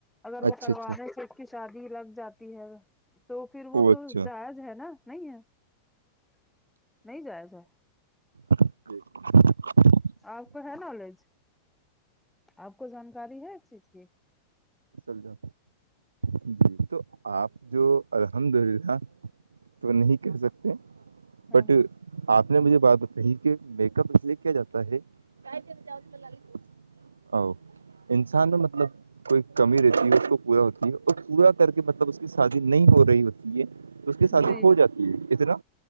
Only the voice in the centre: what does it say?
اگر وہ
کروانے
سے اس کی شادی لگ جاتی ہے تو پھر وہ
تو
جائز ہے نا نہیں ہے نہیں جائے سے
آپ کو ہے نالج آپ کو جانکاری ہے اس چیز کی
ہاں
جی